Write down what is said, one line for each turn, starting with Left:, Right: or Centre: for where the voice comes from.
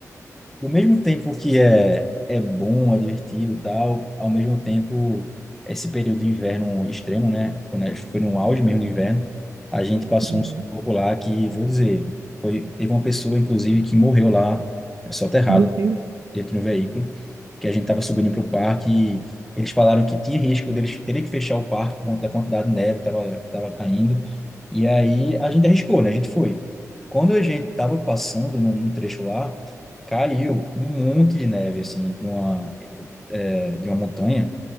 Centre: do mesmo tempo que é, é bom, é divertido e tal, ao mesmo tempo, esse período de inverno extremo, né? Quando a gente foi no auge mesmo do inverno, a gente passou
Right: Uhum.
Centre: um sufoco lá que, vou dizer, foi, teve uma pessoa, inclusive, que morreu lá, soterrado
Right: Meu Deus.
Centre: dentro do veículo, que a gente estava subindo para o parque e eles falaram que tinha risco deles terem que fechar o parque por conta da quantidade de neve que estava tava caindo. E aí a gente arriscou, né? A gente foi. Quando a gente estava passando num num trecho lá, caiu um monte de neve, assim, de uma, eh, de uma montanha